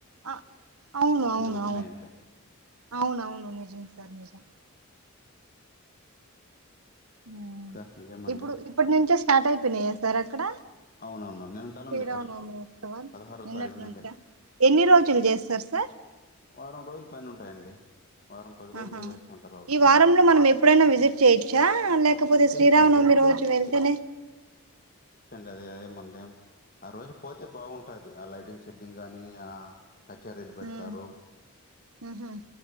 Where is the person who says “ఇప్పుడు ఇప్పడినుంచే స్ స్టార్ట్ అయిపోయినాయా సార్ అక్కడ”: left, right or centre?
Right